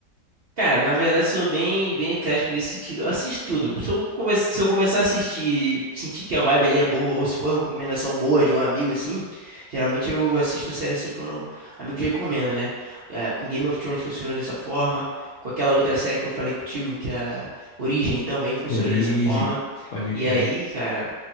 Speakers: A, on the right (about 75°); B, on the left (about 70°).
A: Cara, na verdade sou bem, bem eclético nesse sentido. Eu assisto tudo. Se eu, come... se eu começar a assistir, sentir que a vibe ali é boa, ou se for uma recomendação boa de um amigo assim, geralmente eu assisto a série assim que eu não... amigos recomendo, né? É, com Game of Thrones funcionou dessa forma, com aquela outra série que eu falei contigo, que é a Origem também funcionou
B: Origem,
A: dessa forma.
B: pode
A: E
B: crer.
A: aí, cara,